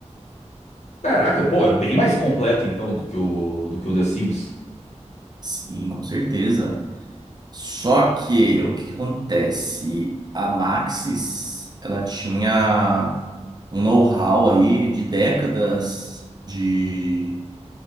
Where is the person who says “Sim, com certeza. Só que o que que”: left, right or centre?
Right